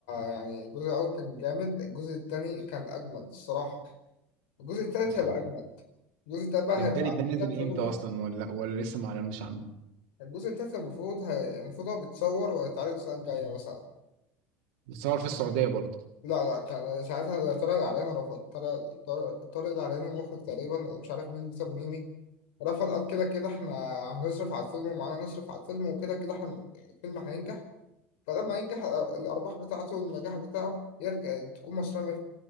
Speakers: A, on the left; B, on the right.
A: يعني الجزء الأول كان جامد الجزء التاني كان أجمد الصراحة الجزء التالت
B: اه
A: هيبقى أجمد الجزء التالت بقى
B: ده
A: هيبقى
B: التالت
A: على
B: ده نازل
A: فكرة بسببه
B: امتى اصلا ولا ولا لسه ما اعلنوش عنه
A: الجزء التالت المفروض هي... المفروض هو بيتصور وهيتعرض السنة الجاية مثلا
B: بيتصور في السعوديه برضه
A: لا لا كان ساعتها طارق العراني رفض طارق طارق طارق العراني المخرج تقريبا أنا مش عارف مين بيتر ميمي رفض قال كده كده احنا هنصرف على الفيلم ومعانا نصرف على الفيلم وكده كده احنا الفيلم هينجح فلما ينجح آه، الأرباح بتاعته والنجاح بتاعه يرجع تكون مصرية